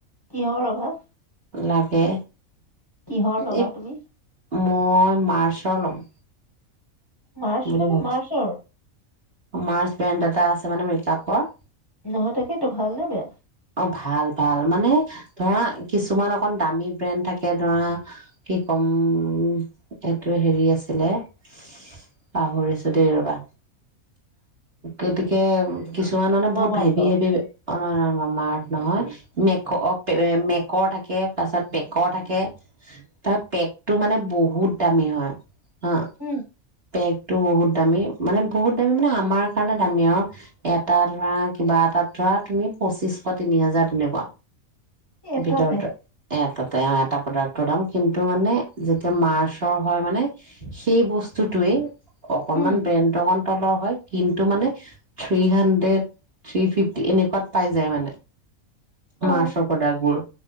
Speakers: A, on the left (about 15°); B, on the right (about 45°).
A: কিহৰ ৰবা।
B: লাগে
A: কিহৰ ল'বা
B: এই
A: তুমি?
B: মই মাৰ্চৰ ল'ম।
A: মাৰ্চ
B: বুলি
A: মানে
B: ভাবিছো
A: মাৰ্চৰ
B: মাৰ্চ ব্ৰেণ্ড এটা আছে মানে মেকআপৰ
A: নহয় তাকেইটো ভাল নে বেয়া?
B: অ ভাল, ভাল মানে ধৰা কিছুমান আ অকণ দামী ব্ৰেণ্ড থাকে ধৰা, কি কম--এইটো হেৰি আছিলে--পাহৰিছোঁ দে ৰ'বা। গতিকে কিছুমান মানে
A: মামা
B: বহুত
A: আৰ্থৰ
B: হেভী হেভী অ নহয় নহয় মামাআৰ্থ নহয়। মেকৰ অ পে মেকৰ থাকে পাছত পেকৰ থাকে। তাৰ পেকটো মানে বহুত দামী হয়। অ
A: উম
B: পেক টো বহুত দামী মানে বহুত দামী মানে আমাৰ কাৰণে দামী আৰু। এটা ধৰা কিবা এটাত ধৰা তুমি পঁচিশ শ তিনি হাজাৰ তেনেকুৱা।
A: এটাতে
B: ভিতৰটোত। এটাতে অ এটা প্ৰডাক্টৰ দাম কিন্তু মানে যেতিয়া মাৰ্চৰ হয় মানে, সেই বস্তুটোৱেই অকণমান
A: উম
B: বেণ্ড অকণ তলৰ হয় কিন্তু মানে থ্ৰী হাণ্ড্ৰেড থ্ৰী ফিফটি এনেকুৱাত পাই যায় মানে
A: অ
B: মাৰ্ছৰ প্ৰডাক্টবোৰ